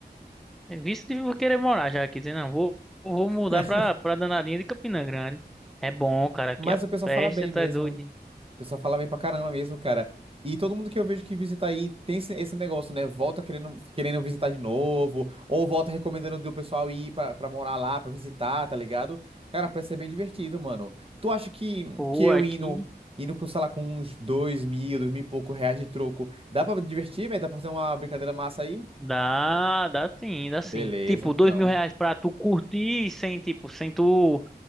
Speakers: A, in the centre; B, on the right (about 35°).
A: é visto de querer morar já aqui, dizendo, não, vou, vou mudar
B: <laughs>
A: pra, pra danadinha de Campina Grande. É bom, cara, aqui
B: Mas
A: a
B: o pessoal
A: festa
B: fala bem
A: tá
B: mesmo.
A: doida.
B: O pessoal fala bem pra caramba mesmo, cara. E todo mundo que eu vejo que visita aí tem esse, esse negócio, né? Volta querendo, querendo visitar de novo, ou volta recomendando do pessoal ir pra, pra morar lá, pra visitar, tá ligado? Cara, parece ser bem divertido, mano. Tu acha que,
A: Pô,
B: que eu
A: aqui
B: indo, indo com, sei lá, com uns dois mil, dois mil e pouco reais de troco, dá pra divertir, velho? Dá pra fazer uma brincadeira massa aí?
A: dá, dá sim, dá sim.
B: Beleza,
A: Tipo,
B: então.
A: dois mil reais pra tu curtir sem, tipo, sem tu,